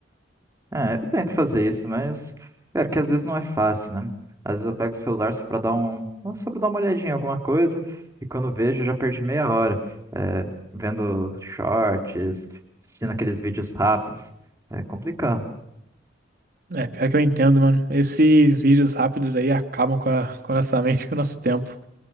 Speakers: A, on the right; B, on the right.
A: É, eu tento fazer isso, mas cara, que às vezes não é fácil, né? Às vezes eu pego o celular só pra dar um, só pra dar uma olhadinha em alguma coisa e quando eu vejo eu já perdi meia hora é, vendo shorts, assistindo aqueles vídeos rápidos. É complicado.
B: É, pior que eu entendo, mano. Esses vídeos rápidos aí acabam com a, com a nossa <laughs> mente, com o nosso tempo.